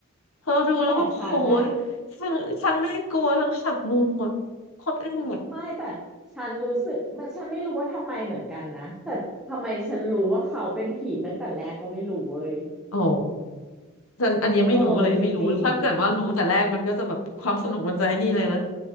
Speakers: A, on the left (about 75°); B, in the centre.
A: พอดูแล้วแบบโหยทั้งทั้งน่ากลัวทั้งหักมุมอ่ะโคตรอึ้งอ่ะ
B: แต่ฉันอะไม่แต่ฉันรู้สึกมันฉันไม่รู้ว่าทำไมเหมือนกันนะแต่ทำไมฉันรู้ว่าเขาเป็นผีตั้งแต่แรกก็ไม่รู้เว้ย
A: อ๋อ อันอันเนี้ยไม่รู้เลยไม่รู้ถ้าเกิดว่ารู้แต่แรกมันก็จะแบบความสนุกมันจะไอ้นี่เลยนะ
B: เออจริง